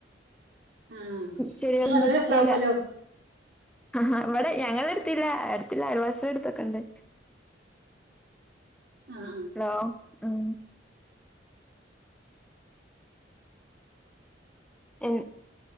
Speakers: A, on the right; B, in the centre.
A: ആ
B: ശരിയാന്ന്
A: നല്ല
B: നിൽകൂല
A: രസാവുമല്ലോ
B: ആ ഞങ്ങടെ ഞങ്ങടടുത്തില്ല അടുത്തുള്ള അയൽവാസികൾ എടുത്തൊക്കെ ഉണ്ട്.
A: ആ ആ
B: ഹലോ ഉം എ